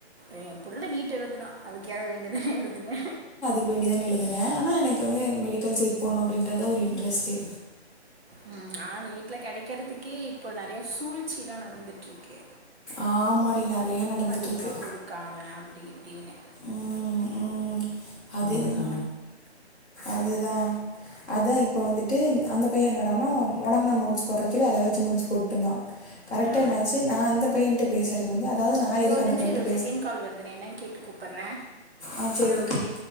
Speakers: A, on the right; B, in the centre.
A: எ புள்ள நீட்டு எழுதுனா அதுக்காக வேண்டி தா எழுதுன
B: வேண்டிதா எழுதுன ஆனா எனக்கு வந்து மெடிக்கல் சைட் போனோ அப்டின்றதா ஒரு இன்டரஸ்ட்டே
A: ம் ஆனா நீட்ல கெடைக்கறத்துக்கே இப்போ நறைய சூழ்ச்சில்லா நடந்துட்டுருக்கு
B: ஆமா டி நறைய நடந்துட்ருக்கு
A: அதிகமாக கொடுக்காம அப்டி இப்டின்னு
B: ம் ம் அதே தா அதுதா அதா இப்போ வந்துட்டு அந்த பைய என்னடானா உனக்கு நா நோட்ஸ் போட்ற சொல்லி அத வெச்சு நோட்ஸ் போட்டுந்தா கரெக்ட்டா
A: ஆ
B: என்னாச்சு நா அந்த பையன்ட்ட பேசறது வந்து அதாவ்து நா
A: டி
B: எதுக்கு
A: ஒரு நிமிஷோ
B: அந்த பையன்ட்ட
A: இரு ஒரு
B: பேச
A: செகண்ட் கால் வருது நா என்னன் கேட்டு கூப்பற
B: அ செரி ஓகே டி